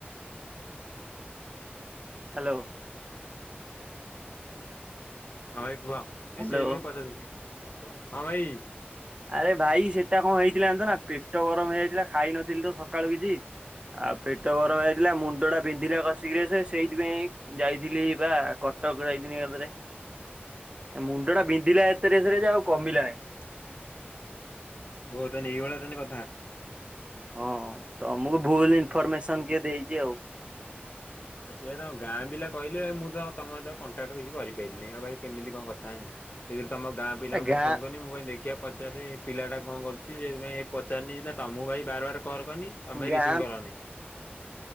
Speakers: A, on the right; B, on the left.
A: ହ୍ୟାଲୋ।
B: ହଁ ଭାଇ କୁହ ନାଇ
A: ହ୍ୟାଲୋ
B: ସେଇ ପାଇଁ ପଚାରୁଥି ହଁ ଭାଇ।
A: ଆରେ ଭାଇ ସେଟା କଣ ହେଇଥିଲା ଜାଣିଚ ନା ପେଟ ଗରମ ହେଇଯାଇଥିଲା ଖାଇନଥିଲି ତ ସକାଳୁ କିଛି ଆଉ ପେଟ ଗରମ୍ ହେଇଯାଇଥିଲା ମୁଣ୍ଡଟା ବିନ୍ଧିଲା କ ସିରିଅସ୍ ସେଇଥିପାଇଁ ଯାଇଥିଲି ବା କଟକ ଯାଇଥିନି <unintelligible> ମୁଣ୍ଡ ଟା ବିନ୍ଧିଲା ଏତେରେସରେ ଯେ ଆଉ କମିଲା ନାଇଁ
B: ହଉ ତାହାନେ ଏଇଭଳିଆ ତାହାନେ କଥା।
A: ହଁ ତମୁକୁ ଭୁଲ୍ ଇନଫରମେସନ୍ କିଏ ଦେଇଚି ଆଉ।
B: ସିୟା ତାଙ୍କ ଗାଁ ପିଲା କହିଲେ ମୁଁ ତ ତମ ସହିତ କଣ୍ଟାକ୍ଟ କିଛି କରିପାଇଲିନି, ଆଉ ଭାଇ କେମିତି କଣ କଥା ହେମି। <unintelligible> ତମ ଗାଁ ପିଲାଙ୍କୁ
A: ଗାଁ
B: ଟିକେ ଫୋନ୍ କନି ମୁଁ କହିଲି ଦେଖିବା ପଚାରେ ପିଲା ଟା କଣ କରୁଚି ସେଥିପାଇଁ ପଚାରିନି ନା ତମକୁ ଭାଇ ବାର-ବାର କଲ୍ କନି ତମେ
A: ଗାଁ
B: ରିସିଭ୍ କରନି।